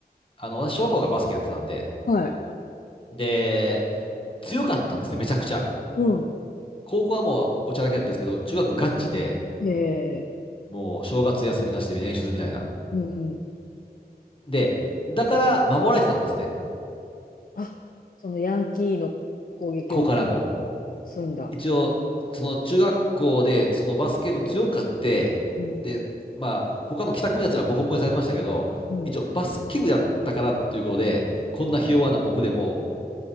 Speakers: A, on the left; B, on the left.
A: あの、私、小学校がバスケやってたんで、
B: はい。
A: で、強かったんですね、めちゃくちゃ。
B: うん。
A: 高校はもうおちゃらけだったんですけど、中学ガチで、
B: へえ、
A: もう正月休みなしで練習するみたいな。
B: うんうん。
A: で、だから守られてたんですね、
B: あ、そのヤンキーの攻撃を受けて済んだ。
A: ここからも。一応、その中学校でそのバスケ部強かって、
B: うん。
A: で、まあ、他の帰宅部のやつらボコボコにされてましたけど、
B: うん。
A: 一応バスケ部やったからっていうことで、こんなひ弱な僕でも、